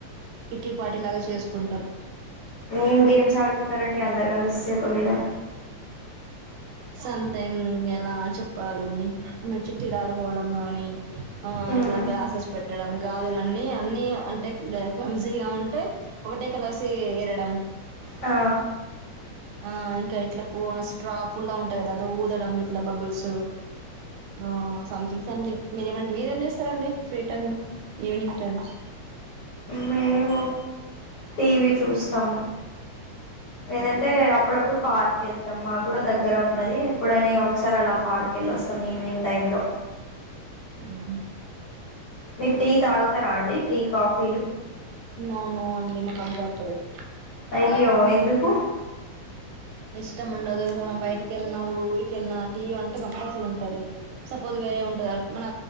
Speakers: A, on the right; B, on the left.
A: కిట్టి పార్టీ లాగా చేసుకుంటాం
B: ఏం గేమ్స్ ఆడుకుంటారండి అందరు కలుస్ ఒకవేద
A: సంథింగ్ ఎలా చెప్పాలి మ చిట్టిలా ఆడుకోవడం కానీ ఆ
B: ఉమ్
A: ఇట్లా గ్లాసెస్ పెట్టడం గాజుల అ అన్ని అంటే క్లంజీగా ఉంటే ఒకటే కలాసి ఎరడం
B: ఆ
A: ఆ ఇంకా ఇట్లా ప స్ట్రాప్ పుల్లా ఉంటాయి కదాా ఊదడం ఇట్లా బబుల్స్ ఆ సథింగ్ సంథింగ్ మీరేమ మీరేం చేస్తారంండి ఫ్రీ టైమ్ ను ఈవినింగ్ టైమ్
B: మేవ టీవీ చూస్తాం ఏంటంటే అప్పుడప్పుడు పార్క్ వెళ్తాం మాకు కూడా దగ్గర ఉంటుంది ఎప్పుడైనా ఒకసారి అలా పార్క్ వెళ్ళొస్తాం ఈవినింగ్ టైంలో
A: హ
B: మీటిటీ తాగుతారా అండి టేక్ ఆఫ్
A: నను నిమ్మకాయలు బత్తేది
B: అయ్యో ఎందుకు
A: ఇష్టం ఉండదు చూడం బయటికి వెళ్ళిన ఊరికెళ్ళిన టీవ అంటే కంపల్సరీ ఉంటది సపోజ్ వేరే ఉంటది మన